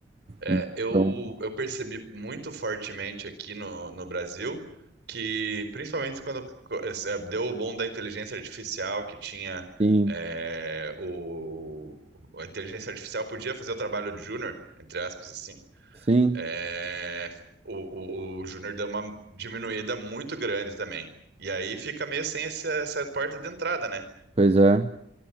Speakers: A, on the right; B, on the right.
A: É,
B: Então,
A: eu, eu percebi muito fortemente aqui no, no Brasil que, principalmente quando co- é, é, deu o boom da inteligência artificial, que tinha
B: sim,
A: é, o, a inteligência artificial podia fazer o trabalho de júnior, entre aspas, assim.
B: sim,
A: é, o, o, o Júnior deu uma diminuída muito grande também. E aí fica meio sem esse- essa porta de entrada, né?
B: pois é.